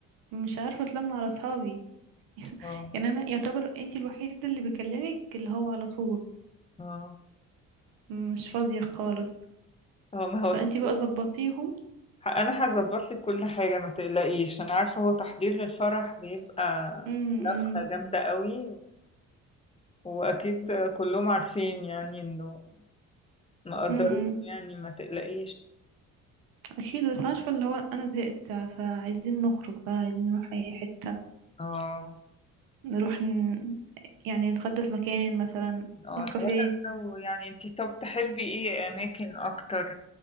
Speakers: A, on the right (about 75°); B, on the left (about 20°).
A: مش عارفه اتلم على اصحابي
B: آه،
A: يعني انا يعتبر انتي الوحيده اللي بكلمك اللي هو على طول
B: آه.
A: مش فاضيه خالص
B: هو ما هو
A: فانتي
B: تحضير
A: بقى ظبطيهم
B: انا هظبط لك كل حاجه ما تقلقيش انا عارفه هو تحضير للفرح بيبقى
A: امم امم
B: جامده قوي واكيد كلهم عارفين يعني انه مقدرين
A: إمم، إمم.
B: يعني ما تقلقيش
A: اكيد بس عارفه اللي هو انا زهقت فعايزين نخرج بقى عايزين نروح اي حته
B: اه
A: نروح ن... يعني نتغدى في مكان مثلا
B: اه
A: نروح كافيه
B: نورة يعني انتي طب تحبي ايه اماكن اكتر